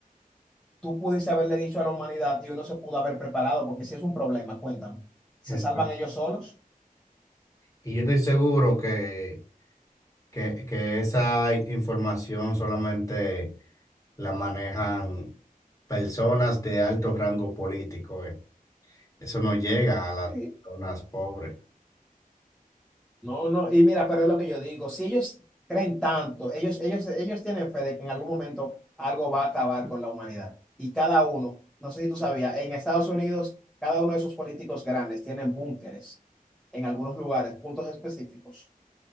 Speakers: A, in the centre; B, on the left (about 20°).
A: tú pudiste haberle dicho a la humanidad y uno se pudo haber preparado, porque si es un problema, cuéntame, ¿se
B: esto-
A: salvan ellos solos?
B: Y yo estoy seguro que, que, que esa información solamente la manejan personas de alto rango político, eh. Eso no llega a las
A: Sí.
B: personas pobres.
A: No, no, y mira, pero es lo que yo digo, si ellos creen tanto, ellos, ellos, ellos tienen fe de que en algún momento algo va a acabar con la humanidad. Y cada uno, no sé si tú sabías, en Estados Unidos, cada uno de esos políticos grandes tienen búnkeres en algunos lugares, puntos específicos,